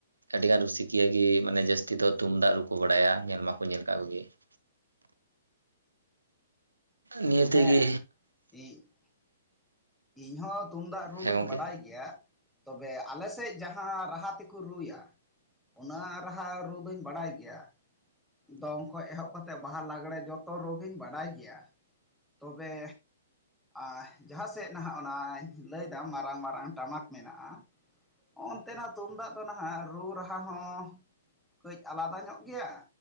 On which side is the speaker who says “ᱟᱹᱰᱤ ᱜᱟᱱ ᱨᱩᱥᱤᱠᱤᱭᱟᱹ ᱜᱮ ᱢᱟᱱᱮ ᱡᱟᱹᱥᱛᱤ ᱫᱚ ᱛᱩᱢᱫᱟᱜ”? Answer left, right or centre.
Right